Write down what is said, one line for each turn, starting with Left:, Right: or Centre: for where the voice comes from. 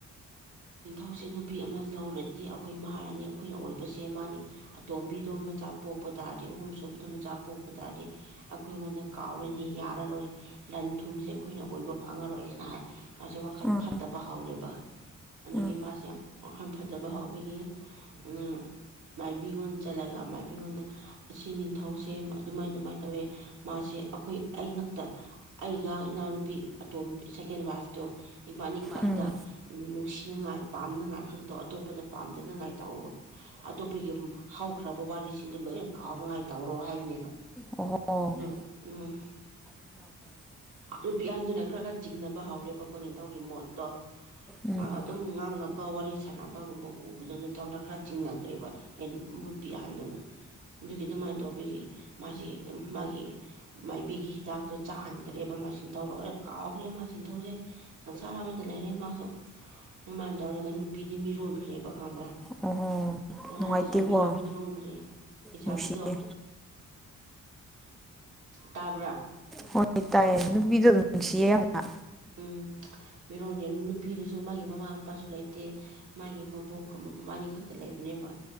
Right: ꯅꯤꯡꯊꯧꯁꯦ ꯅꯨꯄꯤ ꯑꯃ ꯂꯧꯔꯗꯤ ꯑꯈꯣꯏ ꯃꯍꯥꯔꯥꯅꯤ ꯑꯈꯣꯏꯅ ꯑꯣꯏꯕꯁꯦ ꯃꯥꯅꯤ ꯑꯇꯣꯝꯕꯤꯗꯣ ꯃꯆꯥ ꯄꯣꯛꯄ ꯇꯥꯔꯗꯤ ꯑꯍꯨꯝ ꯁꯨꯕꯗ ꯃꯆꯥ ꯄꯣꯛꯄ ꯇꯥꯔꯗꯤ ꯑꯈꯣꯏ ꯉꯣꯟꯗ ꯀꯥꯎꯔꯅꯤ ꯌꯥꯔꯔꯣꯏ ꯂꯟ ꯊꯨꯝꯖꯦ ꯑꯈꯣꯏꯅ ꯑꯣꯏꯕ ꯐꯪꯉꯥꯔꯣꯏ ꯍꯦꯅ ꯍꯥꯏ ꯃꯥꯖꯦ ꯋꯥꯈꯜ
Centre: ꯑꯥ
Right: ꯐꯠꯇꯕ ꯍꯧꯔꯦꯕ꯫ ꯑꯗꯒꯤ
Centre: ꯑꯥ
Right: ꯃꯥꯁꯦ ꯋꯥꯈꯜ ꯐꯠꯇꯕ ꯍꯧꯕꯒꯤ ꯎꯝ ꯃꯥꯏꯕꯤꯉꯣꯟ ꯆꯠꯂꯒ ꯃꯥꯏꯕꯤꯉꯣꯟꯗ ꯑꯁꯤ ꯅꯤꯡꯊꯧꯁꯦ ꯑꯃ ꯑꯗꯨꯃꯥꯏ ꯑꯗꯨꯃꯥꯏ ꯇꯧꯋꯦ ꯃꯥꯁꯦ ꯑꯈꯣꯏ ꯑꯩꯉꯛꯇ ꯑꯩ ꯒ ꯏꯅꯥꯎꯅꯨꯄꯤ ꯑꯇꯣꯝ ꯁꯦꯀꯦꯟ ꯋꯥꯏꯐꯇꯣ ꯏꯕꯥꯟꯅꯤ ꯈꯛꯇ
Centre: ꯎꯝ
Right: ꯅꯨꯡꯁꯤꯅꯉꯥꯏ ꯄꯥꯝꯅꯉꯥꯏ ꯈꯛꯇꯧ ꯑꯇꯣꯞꯄꯗ ꯄꯥꯝꯗꯅꯉꯥꯏ ꯇꯧꯕ ꯑꯇꯣꯞꯄꯒꯤ ꯑꯝ ꯍꯧꯈ꯭ꯔꯕ ꯋꯥꯔꯤꯁꯤꯡꯗꯨ ꯂꯣꯏꯅ ꯀꯥꯎꯅꯉꯥꯏ ꯇꯧꯔꯣ ꯍꯥꯏꯕꯅꯦꯕ
Centre: ꯑꯣꯍꯣ
Right: ꯅꯨꯒ ꯎꯝ
Centre: <inaudible>
Right: ꯅꯨꯄꯤ ꯑꯍꯟꯗꯨꯅ ꯈ꯭ꯔ ꯈ꯭ꯔ ꯆꯤꯡꯅꯕ ꯍꯧꯔꯦꯕꯀꯣ ꯅꯤꯡꯊꯧꯒꯤ ꯃꯣꯠꯇꯣ
Centre: ꯎꯝ
Right: ꯃꯥꯒ ꯑꯗꯨꯝ ꯉꯥꯡꯅꯕ ꯋꯥꯔꯤ ꯁꯥꯟꯅꯕꯒꯨꯝꯕ ꯎꯕꯗꯨꯅꯤ ꯊꯧꯅ ꯈ꯭ꯔ ꯆꯤꯡꯅꯈ꯭ꯔꯦꯕ ꯍꯦ ꯅꯨꯄꯤ ꯑꯍꯟꯗꯨꯅ ꯗꯨꯒꯤ ꯑꯗꯨꯃꯥꯏ ꯇꯧꯕꯤꯌꯦ ꯃꯥꯖꯦ ꯃꯥꯒꯤ ꯃꯥꯏꯕꯤꯒꯤ ꯍꯤꯗꯥꯛꯇꯣ ꯆꯥꯍꯟꯈ꯭ꯔꯦꯕ ꯃꯥꯁꯤ ꯅꯤꯡꯊꯧ ꯂꯣꯏꯅ ꯀꯥꯎꯈ꯭ꯔꯦ ꯃꯥꯁꯤ ꯁꯤꯡꯊꯧꯁꯦ꯫ ꯁꯪꯁꯥꯔ ꯑꯃꯗ ꯂꯩꯔꯦ ꯃꯥꯁꯨ ꯑꯗꯨꯃꯥꯏꯅ ꯇꯧꯔꯒ ꯅꯨꯄꯤꯗꯤ ꯃꯤꯔꯣꯟꯈ꯭ꯔꯦꯕ ꯈꯪꯕ꯭ꯔꯥ
Centre: ꯑꯣꯍꯣ
Right: ꯉꯍꯥꯟ
Centre: ꯅꯨꯡꯉꯥꯏꯇꯦꯀꯣ
Right: ꯁꯥꯕꯤꯗꯣ ꯃꯤꯔꯣꯟꯈ꯭ꯔꯦ ꯂꯩꯥꯁꯥꯕꯤꯗꯣ
Centre: ꯅꯨꯡꯁꯤꯌꯦ
Right: ꯇꯥꯕ꯭ꯔꯥ
Centre: ꯍꯣꯏ ꯇꯥꯏꯌꯦ ꯅꯨꯄꯤꯗꯣ <inaudible> ꯅꯨꯡꯁꯤꯌꯦ ꯌꯥꯝꯅ
Right: ꯎꯝ ꯃꯤꯔꯣꯟꯈ꯭ꯔꯦ ꯅꯨꯄꯤꯗꯁꯨ ꯃꯥꯒꯤ ꯃꯃꯥ ꯃꯄꯥꯁꯨ ꯂꯩꯇꯦ꯫ ꯃꯥꯒꯤ ꯃꯕꯣꯛꯀ ꯃ ꯃꯕꯥꯥꯟꯅꯤ ꯈꯛꯇ ꯂꯩꯕꯅꯦꯕ꯫